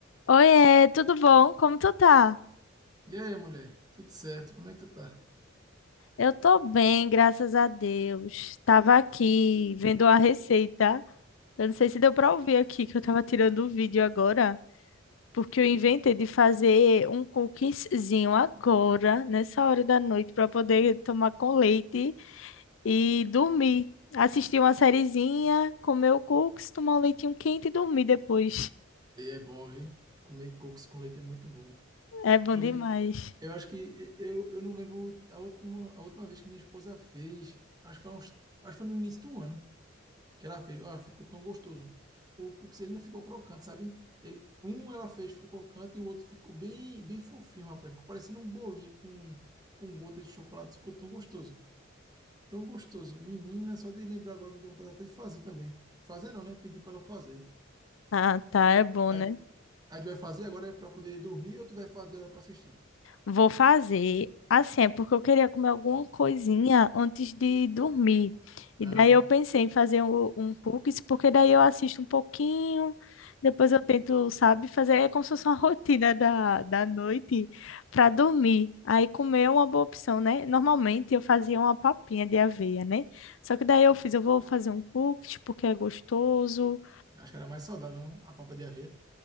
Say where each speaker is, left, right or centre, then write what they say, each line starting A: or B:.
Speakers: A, on the left (about 75°); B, on the right (about 20°).
A: Oiê, tudo bom? Como tu tá?
B: E aí, mulher? Tudo certo? Como é que tu tá?
A: Eu tô bem, graças a Deus. Tava aqui vendo a receita. Eu não sei se deu pra ouvir aqui que eu tava tirando o vídeo agora, porque eu inventei de fazer um cookiezinho agora, nessa hora da noite, pra poder tomar com leite e dormir. Assistir uma sériezinha, comer o cookies, tomar um leitinho quente e dormir depois.
B: E é bom, viu? Comer cocos com leite é muito bom.
A: É bom
B: Eu
A: demais.
B: lembro, eu acho que eu, eu não lembro a última, a última vez que minha esposa fez. Acho que foi uns, acho que foi no início do ano que ela fez. Ah, ficou tão gostoso. O cookies ele não ficou crocante, sabe? Ele, um ela fez ficou crocante e o outro ficou bem, bem fofinho, rapaz. Ficou parecendo um bolinho com com gota de chocolate. Ficou tão gostoso, tão gostoso. Menina, só de lembrar agora me deu vontade até de fazer também. Fazer não, né? Pedir para ela fazer.
A: Ah, tá, é bom,
B: Aí
A: né?
B: Aí tu vai fazer agora para poder dormir ou tu vai fazer agora para assistir?
A: Vou fazer assim, é porque eu queria comer alguma coisinha antes de dormir. E
B: Aham.
A: daí eu pensei em fazer um, um cookies, porque daí eu assisto um pouquinho, depois eu tento, sabe, fazer é como se fosse uma rotina da, da noite para dormir. Aí comer é uma boa opção, né? Normalmente eu fazia uma papinha de aveia, né? Só que daí eu fiz, eu vou fazer um cookies porque é gostoso.
B: Acho que era mais saudável, não? A papa de aveia.